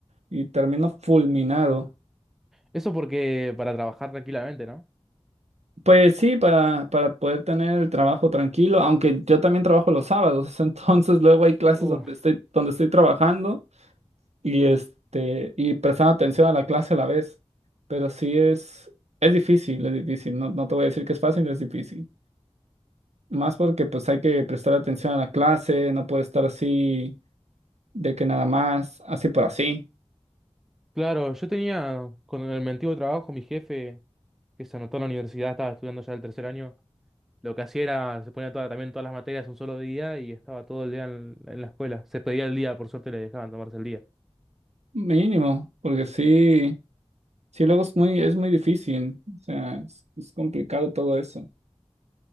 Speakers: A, on the right (about 80°); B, in the centre.
A: y termino fulminado.
B: Eso porque para trabajar tranquilamente, ¿no?
A: Pues sí, para, para poder tener el trabajo tranquilo, aunque yo también trabajo los sábados, <laughs> entonces luego hay clases
B: Uh,
A: donde estoy, donde estoy trabajando y, este, y prestando atención a la clase a la vez. Pero sí es, es difícil, es difícil, no, no te voy a decir que es fácil, es difícil. Más porque pues hay que prestar atención a la clase, no puede estar así de que nada más, así por así.
B: claro, yo tenía con el mi antiguo trabajo, mi jefe, que se anotó en la universidad, estaba estudiando ya el tercer año, lo que hacía era, se ponía toda, también todas las materias un solo día y estaba todo el día en, en la escuela. Se pedía el día, por suerte le dejaban tomarse el día.
A: Mínimo, porque sí, sí luego es muy, es muy difícil, o sea, es, es complicado todo eso.